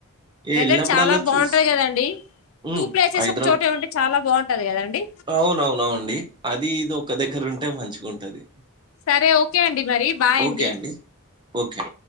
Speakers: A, on the right; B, on the left.
A: ఏ
B: వెదర్
A: వెళ్ళినప్పుడల్లా
B: చాలా బాగుంటది
A: చూస్
B: కదండి
A: హుమ్
B: టూ ప్లేసెస్
A: హైదరాబ్
B: ఒక చోటే ఉంటే చాలా బాగుంటది కదండి
A: అవునవునవుండి అది ఇది ఒక దగ్గర ఉంటే మంచిగా ఉంటది
B: సరే ఓకే అండి మరి బాయండి
A: ఓకే అండి. ఓకే